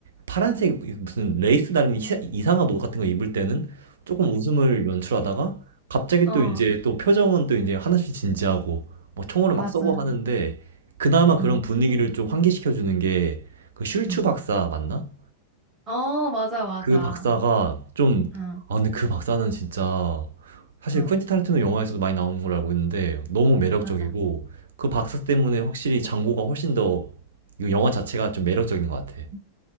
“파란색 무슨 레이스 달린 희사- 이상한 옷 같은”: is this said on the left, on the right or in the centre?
Right